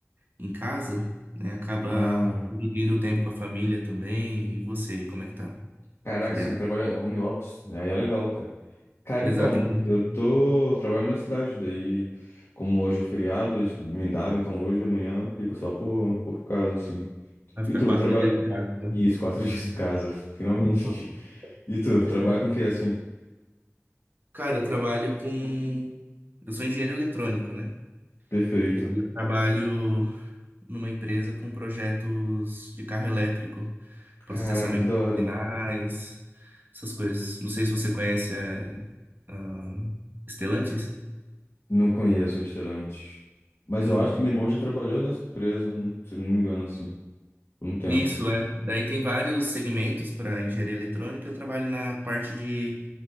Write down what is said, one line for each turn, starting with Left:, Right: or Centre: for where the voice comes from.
Right: em casa, né? Acaba
Left: Ah,
Right: dividindo o tempo com a família também. E você aí, como é que tá?
Left: caraca,
Right: Feriado.
Left: você trabalha home office. Aí é legal, cara. Cara,
Right: Exatamente.
Left: então, eu tô trabalhando na cidade, daí, como hoje é feriado, eles me daram, então hoje e amanhã fico só por, por casa, assim.
Right: Vai ficar
Left: E tu,
Right: quatro
Left: trabalha.
Right: dias em casa,
Left: Isso, quatro <laughs> dias em casa, finalmente.
Right: então.
Left: E tu, trabalha
Right: É.
Left: com o que, assim?
Right: Cara, eu trabalho com. Eu sou engenheiro eletrônico, né?
Left: Perfeito.
Right: E aí eu trabalho numa empresa com projetos de carro elétrico, processamento
Left: Caraca, que da hora.
Right: de sinais, essas coisas. Não sei se você conhece é, ah, Stellantis?
Left: Não conheço a Stellantis. Mas
Right: Não.
Left: eu acho que meu irmão já trabalhou nessa empresa, não- se eu não me engano, assim, por um tempo.
Right: Isso, é. Daí tem vários segmentos para engenharia eletrônica. Eu trabalho na parte de.